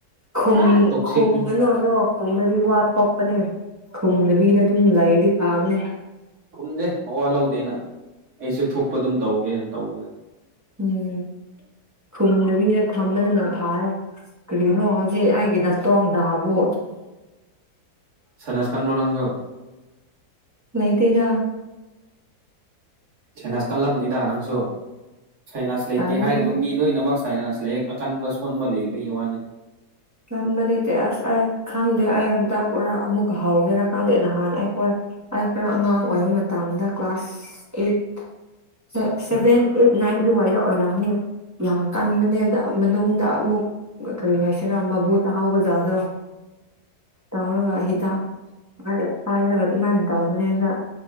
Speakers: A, on the right (about 15°); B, on the right (about 70°).
A: ꯨꯈꯨꯝ
B: ꯄꯨꯔꯥ ꯇꯣꯛꯁꯤꯛꯅꯤ
A: ꯈꯨꯝꯒꯅꯣ ꯑꯗꯣ ꯈꯨꯝꯔꯗꯤ ꯋꯥ ꯊꯣꯛꯄꯅꯦ ꯈꯨꯝꯗꯕꯤꯗ ꯑꯗꯨꯝ ꯂꯩꯔꯗꯤ ꯐꯥꯕꯅꯦ
B: ꯈꯨꯝꯗꯦ ꯃꯋꯥ ꯂꯧꯗꯦꯅ ꯑꯩꯁꯨ ꯊꯣꯛꯄ ꯑꯗꯨꯝ ꯇꯧꯒꯦꯅ ꯇꯧꯕꯅꯦ
A: ꯎꯝ ꯈꯨꯝꯗꯕꯤꯗ ꯊꯝꯕꯗꯅ ꯐꯩ ꯀꯔꯤꯅꯣ ꯍꯧꯖꯤꯛ ꯑꯩꯒꯤ ꯅꯥꯇꯣꯡ ꯅꯥꯕꯨ
B: ꯁꯥꯏꯅꯦꯁ ꯀꯟꯕ꯭ꯔꯣ ꯅꯪꯁꯨ
A: ꯂꯩꯇꯦꯗ
B: ꯁꯥꯏꯅꯥꯁ ꯀꯜꯂꯝꯅꯤꯗ ꯅꯪꯁꯨ ꯁꯥꯏꯅꯥꯁ ꯂꯩꯇꯦ
A: ꯇꯜꯂꯦ
B: ꯍꯥꯏꯒꯅꯣ
A: ꯑꯩꯗꯤ
B: ꯃꯤ ꯂꯣꯏꯅꯃꯛ ꯁꯥꯏꯅꯁ ꯂꯩꯌꯦ ꯑꯀꯟꯕ ꯁꯣꯟꯕ ꯂꯩꯕꯒꯤ ꯋꯥꯅꯤ
A: ꯀꯟꯕ ꯅꯠꯇꯦ ꯑꯁ ꯑꯩ ꯈꯪꯗꯦ ꯑꯩ ꯍꯟꯗꯛ ꯃꯔꯛ ꯑꯃꯨꯛꯀ ꯍꯧꯒꯦꯔꯥ ꯈꯪꯗꯦ ꯅꯍꯥꯟ ꯑꯩꯈꯣꯏ ꯑꯩ ꯈꯔ ꯑꯉꯥꯡ ꯑꯣꯏꯕ ꯃꯇꯝꯗ class eight six seven eight nine ꯑꯗꯨꯋꯥꯏꯗ ꯑꯣꯏꯔꯝꯅꯤ ꯌꯥꯝ ꯀꯟꯕꯅꯦ ꯑꯗ ꯑ ꯃꯅꯨꯡꯗ ꯑꯃꯨꯛ ꯀꯔꯤ ꯍꯥꯏ ꯁꯤꯔꯥ ꯃꯕꯨ ꯇꯥꯍꯧꯕ ꯖꯥꯗꯣ ꯇꯧꯔꯒ ꯍꯤꯗꯥꯛ ꯂꯩ ꯄꯥꯏꯔꯒ ꯑꯗꯨꯃꯥꯏꯅ ꯇꯧꯕꯅꯦꯗ